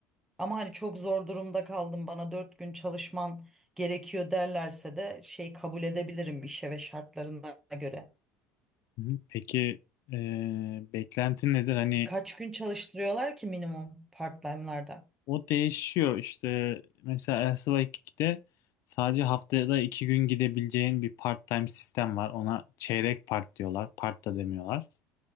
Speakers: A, in the centre; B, on the left (about 60°).
A: Ama hani çok zor durumda kaldım bana dört gün çalışman gerekiyor derlerse de şey kabul edebilirim işe ve şartlarına göre.
B: Hı hı. Peki eee beklentin nedir? Hani
A: Kaç gün çalıştırıyorlar ki minimum part-time'larda?
B: o değişiyor işte mesela Elsa 2'de sadece haftada iki gün gidebileceğin bir part-time sistem var. Ona çeyrek part diyorlar. Part da demiyorlar.